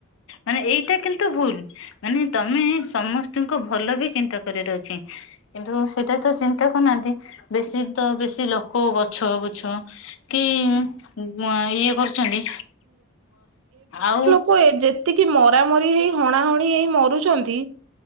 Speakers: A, on the left; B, on the right.
A: ମାନେ ଏଇଟା କିନ୍ତୁ ଭୁଲ ମାନେ ତମେ ସମସ୍ତଙ୍କୁ ଭଲ ବି ଚିନ୍ତା କରିବାର ଅଛି କିନ୍ତୁ ସେଇଟା ତ ଦେଖୁନାହାନ୍ତି ବେଶୀ ତ ବେଶୀ ଲୋକ ଗଛ ବୁଛ କି ଇଏ କରୁଛନ୍ତି ଆଉ
B: କୁହେ ଯେତିକି ମରାମରି ହେଇ ହଣାହଣି ହେଇ ମରୁଛନ୍ତି